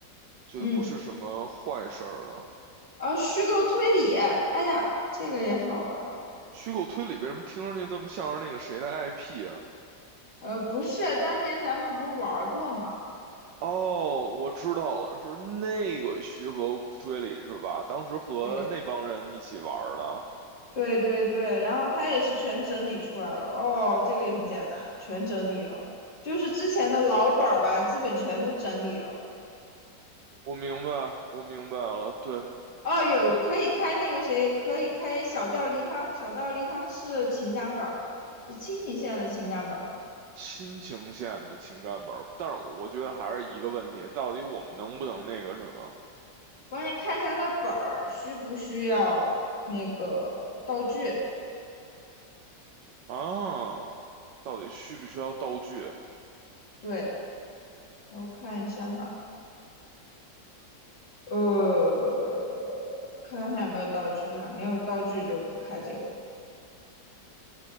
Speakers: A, on the right; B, on the left.
A: 觉得不是什么坏事儿的。
B: 嗯，哦，虚构推理，哎呀，这个也好玩儿。
A: 虚构推理为什么听上去那么像是那个谁的 IP 啊？
B: 呃，不是，当年咱们不是玩儿过吗？
A: 哦，我知道了，是那个徐和推理是吧？当时和那帮人一起玩儿的。
B: 对，对对对，然后他也是全整理出来了。哦，这个也很简单，全整理了，就是之前的老本儿吧，基本全都整理了。
A: 我明白，我明白了。对，
B: 哦，有可以开那个谁，
A: 看
B: 可以开小吊梨汤，小吊梨汤是情感本儿，是亲情线的情感本儿。
A: 亲情线的情感本儿但是我觉得还是一个问题，到底我们能不能那个什么
B: 关键看一下它本儿需不需要那个道具。
A: 啊？到底需不需要道具？
B: 对，我看一下哈，呃，看看它有没有道具哈，没有道具就不开这个本儿。